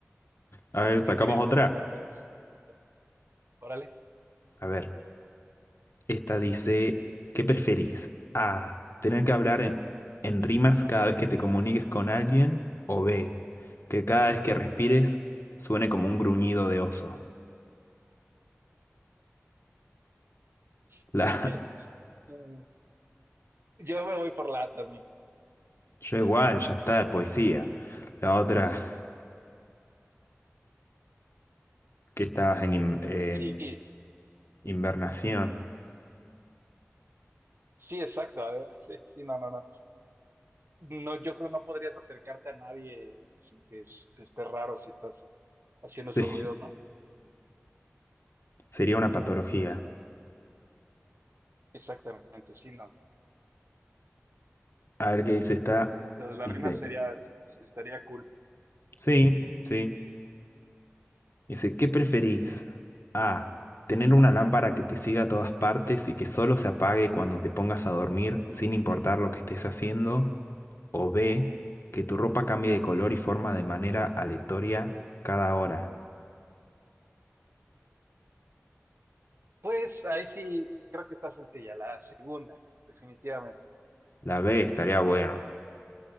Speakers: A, on the left; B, on the right.
A: A ver, sacamos
B: qué curioso
A: otra.
B: que no la hayas notado. Órale,
A: A ver, esta dice, ¿qué preferís? A, tener que hablar en, en rimas cada vez que te comuniques con alguien, o B, que cada vez que respires suene como un gruñido de oso.
B: <laughs>
A: La,
B: ok. Mm, Yo me voy por la A también.
A: <laughs> yo igual, ya está, poesía. La otra, que estabas en, in- en
B: Sí,
A: invernación. <laughs>
B: sí, exacto. A ver, sí, sí, no, no, no. No, yo creo no podrías acercarte a nadie sin que es- esté raro si estás haciendo esos
A: Sí,
B: ruidos, ¿no?
A: sería una patología.
B: Exactamente, sí, no.
A: A ver qué dice esta.
B: Lo de la
A: Dice,
B: rima sería, estaría cool.
A: sí, sí. Dice, ¿qué preferís? A. Tener una lámpara que te siga a todas partes y que solo se apague cuando te pongas a dormir, sin importar lo que estés haciendo. O B. Que tu ropa cambie de color y forma de manera aleatoria cada hora.
B: Pues ahí sí, creo que está sencilla, la segunda, definitivamente.
A: La B estaría buena.